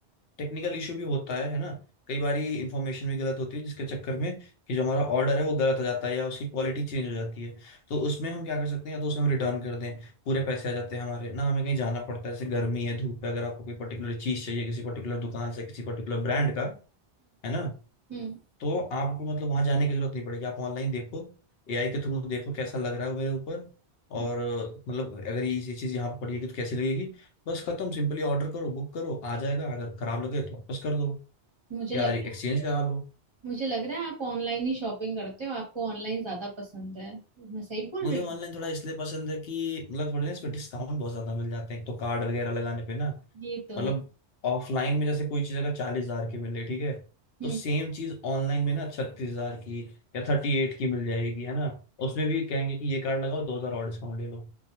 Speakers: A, on the left (about 65°); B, on the right (about 30°).
A: टेक्निकल इशू भी होता है है ना कई बारी इंफॉर्मेशन भी गलत होती है जिसके चक्कर में कि जो हमारा ऑर्डर है वो गलत हो जाता है या उसकी क्वालिटी चेंज हो जाती है तो उसमें हम क्या कर सकते हैं या तो उसे हम रिटर्न कर दें पूरे पैसे आ जाते हैं हमारे ना हमें कहीं जाना पड़ता है जैसे गर्मी है धूप है अगर आपको कोई पर्टिकुलर चीज़ चाहिए किसी पर्टिकुलर दुकान से किसी पर्टिकुलर ब्रांड का है ना
B: हम्म
A: तो आपको मतलब वहां जाने की जरूरत नहीं पड़ेगी आप ऑनलाइन देखो एआई के थ्रू देखो कैसा लग रहा है मेरे ऊपर
B: हम्म।
A: और मतलब अगर ये ये चीज़ यहाँ पर पड़ी है कि तो कैसी लगेगी बस खत्म सिंपली ऑर्डर करो बुक करो आ जाएगा अगर खराब लगे तो वापस कर दो
B: मुझे
A: यार
B: लगता
A: एक्सचेंज
B: है
A: करा लो
B: मुझे लग रहा है आप ऑनलाइन ही शॉपिंग करते हो आपको ऑनलाइन ज्यादा पसंद है मैं सही बोल
A: मुझे
B: रही
A: ऑनलाइन
B: हूँ
A: थोड़ा इसलिए पसंद है कि मतलब थोड़े ना इसमें डिस्काउंट बहुत ज्यादा मिल जाते हैं एक तो कार्ड वगैरह लगाने पे ना
B: ये तो
A: मतलब
B: है
A: ऑफलाइन में जैसे कोई चीज अगर चालीस हजार की मिल रही ठीक है
B: हम्म
A: तो सेम चीज ऑनलाइन में ना छत्तीस हजार की या थर्टी एट की मिल जाएगी है ना उसमें भी कहेंगे कि ये कार्ड लगाओ दो हजार और डिस्काउंट ले लो